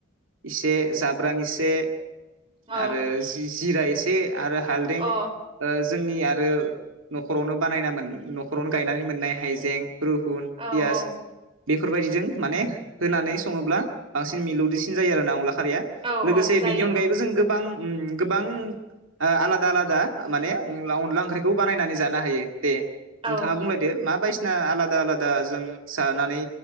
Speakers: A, on the right (about 85°); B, on the right (about 25°).
A: इसे जाब्रां इसे
B: औ
A: आरो जि-जिराय से । आरो हालदें
B: औ
A: ओ जोंनि आ आरो न'खरावनो बानायना मोन न'खरावनो गायनानै मोननाय हाइजें। रुगुन
B: औ
A: पियास
B: औ
A: बेफोरबायदिजों माने होनानै सङोब्ला बांसिन मिलौदोसिन जायो आरोना अनला खारिया
B: औ
A: लोगोसे
B: औ जायो
A: बिनि अनगायैबो जों गोबां गोबां आलादा आलादा माने अन अनला ओंख्रिखौ बानायनानै जानो हायो दे।
B: औ
A: नोंथाङा बुंलायदो मा बायस आलादा आलादा जों जानानै